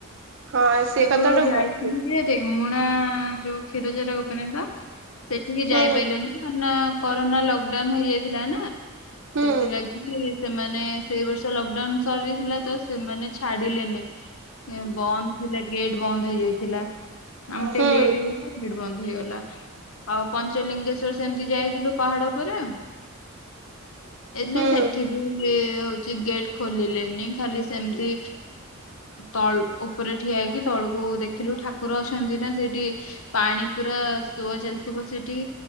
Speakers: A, on the right (about 65°); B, on the left (about 70°).
A: ହଁ ସେ
B: କେବଳ
A: କଥାଟା
B: ଯାଇଥିଲି
A: ଭଲ ଠିକ।
B: ଯେ ରେମୁଣା ଯୋଉ କ୍ଷୀରଚାର ଗୋପୀନାଥ ସେଠିକି ଯାଇପାଇଲୁନି
A: ହୁଁ
B: କାହିଁ କି ନା କରୋନା ଲକଡାଉନ ହେଇଯାଇଥିଲା ନା।
A: ହୁଁ
B: ସେଥିଲାଗି କି ସେମାନେ ସେଇ ବର୍ଷ ଲକଡାଉନ ସରିଥିଲା ତ ସେମାନେ ଛାଡିଲେନି। ବନ୍ଦ ଥିଲା ଗେଟ ବନ୍ଦ ହେଇଯାଇଥିଲା। ଆମ ଟିକେ
A: ହୁଁ
B: ଲେଟ ହୋଇଯାଇଥିଲା ଗେଟ ବନ୍ଦ ହେଇଗଲା ଆଉ ପଞ୍ଚଲିଙ୍ଗେଶ୍ଵର ସେମିତି ଯାଇଥିଲୁ ପାହାଡ ଉପରେ ଯାଇଥିଲୁ
A: ହୁଁ
B: ସେଠି ବି ଲେ ହଉଛି ଗେଟ ଖୋଲିଲେନି ଖାଲି ସେମିତି ତଳ ଉଁ ଓ ଉପରେ ଠିଆ ହେଇକି ତଳକୁ ଦେଖିଲୁ ଠାକୁର ଅଛନ୍ତି ନା ସେଇଠି ପାଣି ପୁରା ସୁଅ ଚାଲିଥିବ ସେଇଠି